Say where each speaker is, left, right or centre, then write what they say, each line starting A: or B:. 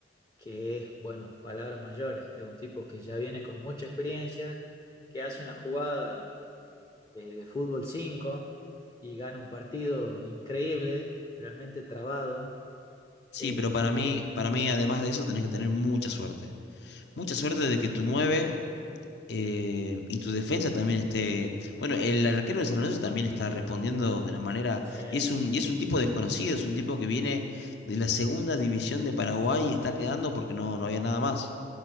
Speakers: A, on the left (about 25°); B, on the left (about 60°).
A: que es, bueno, palabras mayores, es un tipo que ya viene con mucha experiencia, que hace una jugada de, de fútbol 5 y gana un partido increíble, realmente trabado.
B: Sí,
A: Este,
B: pero para mí, para mí, además de eso, tenés que tener mucha suerte. Mucha suerte de que tu 9 eh, y tu defensa también esté. Bueno, el arquero de San Lorenzo también está respondiendo de una manera.
A: sí,
B: Y es un, y es un tipo desconocido, es un tipo que viene de la segunda división de Paraguay y está quedando porque no, no había nada más.